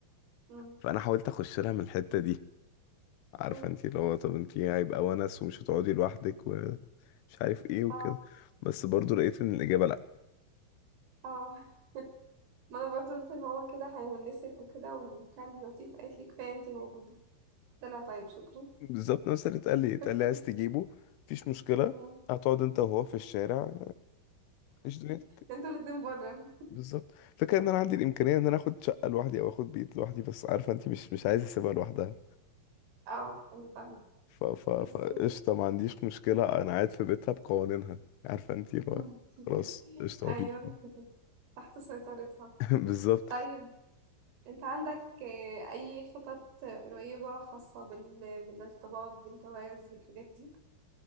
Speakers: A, on the right; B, on the left.
A: مم.
B: فانا حاولت اخش لها من الحتة دي عارفه
A: مم.
B: انت اللي هو طب انت هيبقى ونس ومش هتقعدي لوحدك ومش عارف ايه وكده
A: اه
B: بس برضو لقيت ان الاجابه لا
A: اه ما انا برضو قلت لماما كده هيونسك وكده وكان لطيف قالت لي كفايه انتي موجوده قلت لها طيب شكرا
B: بالظبط نفس اللي اتقال لي اتقال
A: <laughs>
B: لي عايز تجيبه مفيش مشكله
A: مم.
B: هتقعد انت وهو في الشارع ايش دنيتك
A: انتوا الاتنين بره
B: بالظبط فكره ان انا عندي الامكانيه ان انا اخد شقه لوحدي او اخد بيت لوحدي بس عارفه انت مش مش عايز اسيبها لوحدها
A: اه انا فاهمة
B: ف ف فقشطه
A: بس
B: ما عنديش مشكله انا قاعد في بيتها بقوانينها عارفه انت اللي
A: <laughs>
B: هو خلاص قشطه
A: أيوه
B: مفيش
A: تحت سيطرتها
B: <laughs> بالظبط
A: طيب أنت عندك آه، أي خطط قريبة خاصة بال... بالارتباط بالجواز بالحاجات دي؟